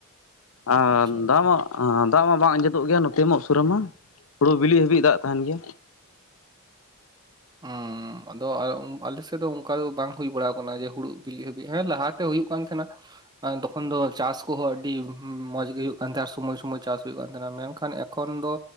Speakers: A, on the left; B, on the right.
A: ᱟᱨ
B: ᱟᱪᱪᱷᱟ ᱟᱪᱪᱷᱟ
A: ᱫᱟᱜ ᱢᱟ, ᱫᱟᱜ ᱢᱟ ᱵᱟᱝ ᱟᱸᱡᱮᱫᱚᱜ ᱜᱮᱭᱟ ᱱᱚᱛᱮ ᱢᱟ ᱩᱥᱩᱨᱟ ᱢᱟ ᱦᱩᱲᱩ ᱵᱤᱞᱤ ᱦᱟᱹᱵᱤᱡ ᱫᱟᱜ ᱛᱟᱦᱮᱱ ᱜᱮᱭᱟ᱾
B: ᱚᱻ ᱟᱫᱚ ᱟᱞᱮ ᱥᱮᱫ ᱫᱚ ᱚᱱᱠᱟ ᱫᱚ ᱵᱟᱝ ᱦᱩᱭ ᱵᱟᱲᱟᱣ ᱠᱟᱱᱟ ᱡᱮ, ᱦᱩᱲᱩ ᱵᱤᱞᱤᱜ ᱦᱟᱹᱵᱤᱡ ᱦᱮᱸ ᱞᱟᱦᱟᱛᱮ ᱦᱩᱭᱩᱜ ᱠᱟᱱ ᱛᱟᱦᱮᱸᱱᱟ ᱾ ᱟᱨ ᱛᱚᱠᱷᱚᱱ ᱫᱚ ᱪᱟᱥ ᱠᱚᱦᱚᱸ ᱟᱹᱰᱤ ᱢᱚᱸᱡᱽ ᱜᱮ ᱦᱩᱭᱩᱜ ᱠᱟᱱ ᱛᱟᱦᱮᱱᱟ, ᱟᱨ ᱥᱩᱢᱳᱭ ᱥᱩᱢᱳᱭ ᱪᱟᱥ ᱦᱩᱭᱩᱜ ᱠᱟᱱ ᱛᱟᱦᱮᱸᱱᱟ᱾ ᱢᱮᱱᱠᱷᱟᱱ ᱠᱷᱚᱱ ᱫᱚ